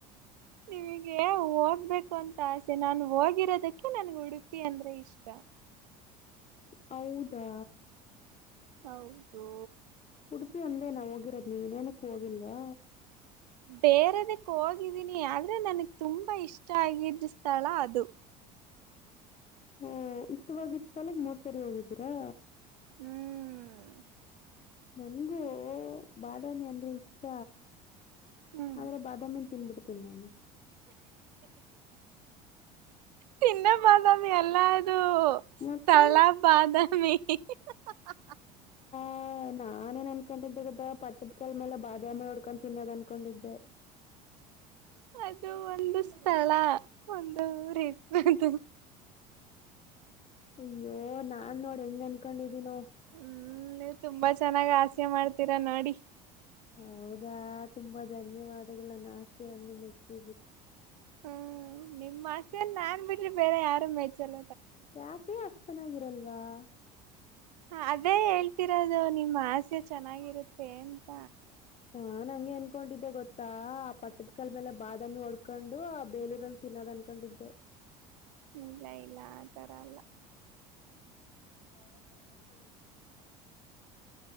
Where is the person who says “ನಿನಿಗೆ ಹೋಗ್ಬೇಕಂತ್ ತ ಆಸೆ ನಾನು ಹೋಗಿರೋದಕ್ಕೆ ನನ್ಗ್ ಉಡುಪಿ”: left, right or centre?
Right